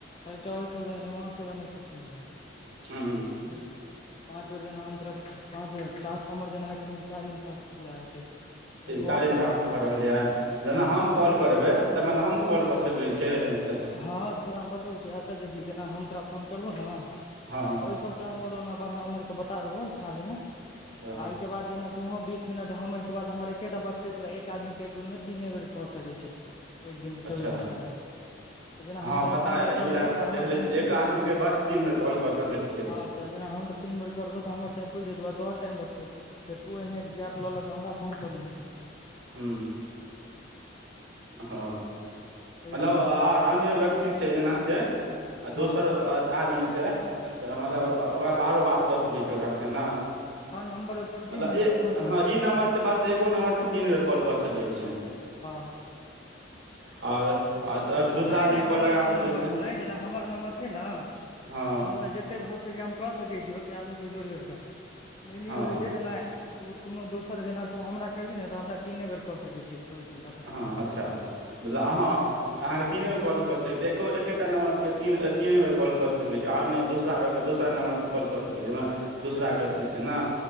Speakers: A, on the left; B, on the right.
A: त इसब एमान सब नै पुछै ठिक
B: हूँ
A: तऽ पाँच बेर जेना हम तरफ पाँच बे टास्क हमर जेना एखन ई चारिम टास्क पूरा हेतै
B: ई
A: एगो
B: चारिमटास
A: आओर बचतै
B: भऽ
A: तऽ
B: रहल यए जेना
A: हँ
B: हम
A: जे
B: कॉल करबै तऽ माने हमहूँ कॉल कऽ सकैत छियै तऽ
A: हँ तोरा हम बतबै छौ त देखही जेना हम तोरा फोन करबो न त
B: हँ
A: ओहि सब तो हम आर ओना बढ़िआं उमर से बता देबौ साँझमे आ
B: तऽ
A: एहिके बाद जेना तोहो बीस मिनट हम एहिके बाद हमर एकेटा बचतै तोरा एक आदमीके एक बेरमे तीने बेर क सकै छि तू एक दिन मे
B: अच्छा
A: चौबीस घंटामे त जेना हम
B: हँ
A: तोरा
B: पता
A: तीन
B: यऽ
A: बेर क
B: ई वला
A: लेबौ
B: ऐपपर
A: त हमर
B: देख
A: टाइम
B: लै छलियै
A: पुरि
B: एक
A: जेतै
B: आदमीके बस तीन बेर कॉल कऽ सकै छियै
A: हँ त जेना तीन बेर करबो त हमर टाइम पूइर जेतब ओकरबद तोहर टाइम बचतौ फेर तू एनहिए गैप लऽ लऽ कऽ हमरा फोन कऽ लिहँ
B: हु ह
A: तै
B: हेलो
A: सँ होइ
B: आर
A: छै
B: अन्य व्यक्तिसँ जेना छै आ
A: हँ
B: दोसर आदमीसँ तऽ मतलब
A: हँ
B: ओकरा आओरो बात कऽ सकै छी ओकरासँ ने
A: हँ नम्बर ओहि पर
B: मतलब
A: दिहे ने फोन कऽ
B: हँ
A: दिहे
B: ई नम्बरसँ बस एगो नम्बरसँ तीन बेर कॉल कऽ सकैत छियै
A: <unintelligible>
B: आओर आओर दोसरा
A: नहि
B: आदमी
A: नहि
B: कॉल
A: मने
B: लगा
A: एगो
B: सकै
A: नम्बरसँ
B: छै
A: नहि जेना हमर नम्बर छै न
B: हँ
A: त हम तऽ जतेक भ सकी हम क सकै छिय ओतेक आदमीके जोड़ि जोड़ क लिन
B: हँ
A: ई रहैत छै जेना तू कोनो दोसर जेना तू हमरा करबही न त हमरा तीने बेर क सकैत छी चौबीस घंटामे
B: हँ अच्छा बलब अहाँ
A: हँ
B: अहाँके तीने बेर कॉल कऽ सकैत छी एको एकेटा नमंबर के तीन तीनबेर कॉल क सकैत छी आओर नहि दोसरा दोसर नम्मबर कॉल कऽ सक छ जेना दसरा के
A: हँ
B: अथीसे ने